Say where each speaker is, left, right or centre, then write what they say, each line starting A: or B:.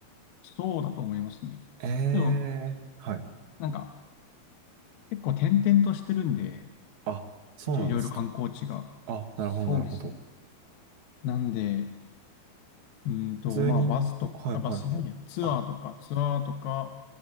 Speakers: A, on the left; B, on the right.
A: そうだと思いますね。
B: えー、
A: けど、
B: はい。
A: なんか、結構転々としてるんで、
B: あ、そうなんですか。
A: 一応いろいろ観光地が。
B: あ、なるほど、
A: そうですね。
B: なるほど。
A: なんで、うーんと、
B: 普通に。
A: まあバスとか、
B: はい、
A: あバスじゃないや、
B: はい、はい。
A: ツアーとか、
B: あ、
A: ツアーとか、